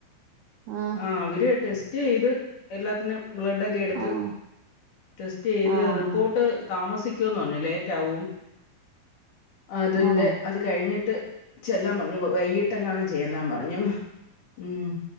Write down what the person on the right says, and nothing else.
ആഹ്
ആഹ്
ആഹ്
ആഹ്
ആണോ